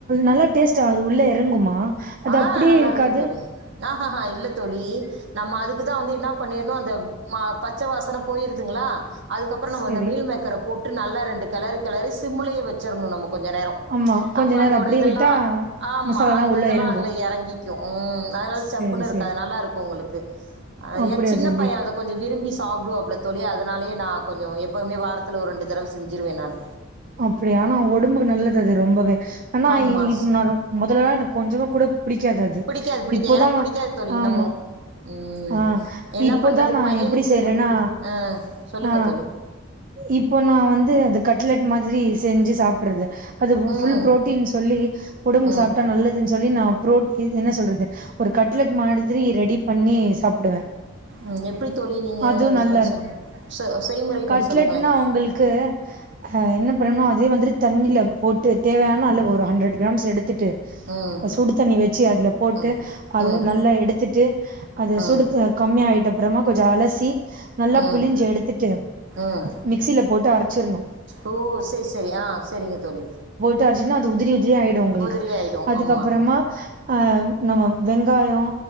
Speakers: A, on the right; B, on the right.
A: நல்லா டேஸ்டா அது உள்ள எறங்குமா அது
B: ஆ
A: அப்டியே
B: நல்லா
A: இருக்காது?
B: இருக்கோ தோழி ஆஹஹா இல்ல தோழி நம்ம அதுக்குதா வந்து என்ன பண்ணிர்ணு அந்த மா பச்ச வாசன போயிருதுங்களா அதுக்கப்புற நம்ம
A: சரி.
B: அந்த மீல் மேக்கர போட்டு நல்லா ரெண்டு கெளறு கெளறி சிம்முலயே வெச்சிரணு நம்ம கொஞ்ச நேரோ
A: ஆமா கொஞ்ச
B: அப்ப
A: நேரோ
B: அதோட
A: அப்டியே
B: இதெல்லா
A: விட்டா
B: ஆமா
A: மசாலால்லா
B: அந்த
A: உள்ள
B: இதெல்லா
A: எறங்கு.
B: அதுல எறங்கிக்கோ ம் அதனால் சப்புனு
A: சரி
B: இருக்காத்
A: சரி.
B: நல்லாருக்கோ உங்களுக்கு
A: அப்டியா
B: எ சின்ன
A: தோழி.
B: பைய அது கொஞ்ச விரும்பி சாப்பிடுவாப்ல தோழி அதனாலயே நா கொஞ்சோ எப்பவுமே வாரத்துல ஒரு ரெண்டு தடவ செஞ்சிருவே நானு
A: அப்படியா ஆனா ஒடம்புக்கு நல்லது அது ரொம்பவே ஆனா
B: ஆமாம்
A: இ நா ரொம் மொதல்லலா எனக்கு கொஞ்சமா கூட புடிக்காது அது
B: பிடிக்காது பிடிக்காது
A: இப்போதா
B: எனக்கு பிடிக்காது தோழி இன்னமும்
A: ஆமா
B: ம்,
A: ஆ
B: என்ன
A: இப்போதா
B: பண்ணுறது
A: நா
B: பையனுக்கு
A: எப்படி செய்றேனா
B: பிடி ஆ சொல்லுங்கள்
A: ஆ
B: தோழி
A: இப்ப நா வந்து அது கட்லெட் மாதிரி செஞ்சி சாப்பட்றது அது
B: ம்
A: ஃபுல் புரோட்டீன் சொல்லி ஒடம்புக்கு
B: ம்
A: சாப்ட்டா நல்லதுன் சொல்லி நா ப்ரோ இது என்ன சொல்றது ஒரு கட்லெட் மாதிரி ரெடி பண்ணி சாப்பிடுவே
B: ம், எப்படி தோழி நீங்கள்
A: அதுவு நல்லாருக்
B: கொஞ்சம் சொல்லுங்கள் செ செய்முறை
A: கட்லெட்னா
B: கொஞ்சம் சொல்லுங்களேன்
A: அவுங்களுக்கு ஆ என்ன பண்ணனு அதே வந்துட்டு தண்ணில போட்டு தேவையான அளவு ஒரு ஹண்ட்ரட் கிராம்ஸ் எடுத்துட்டு
B: ம்
A: சுடு தண்ணி வெச்சு அதுல போட்டு
B: ம்
A: அல்லு
B: ம்
A: நல்லா எடுத்துட்டு அத
B: ம்
A: சுடுத்து கம்மி ஆயிட்ட அப்புறமா கொஞ்ச அலசி நல்லா
B: ம்
A: புழிஞ்சி எடுத்துட்டு
B: ம்
A: மிக்சில போட்டு அரச்சிர்னு
B: ஓ சேர் சேரி ஆ செரிங்க தோழி
A: த ஆச்சினா அது உதிரி உதிரி ஆயிடு உங்குளுக்கு
B: உதிரி ஆகிடும்
A: அதுக்கப்பறமா
B: ஆமாம்
A: ஆம் நம்ம வெங்காயோ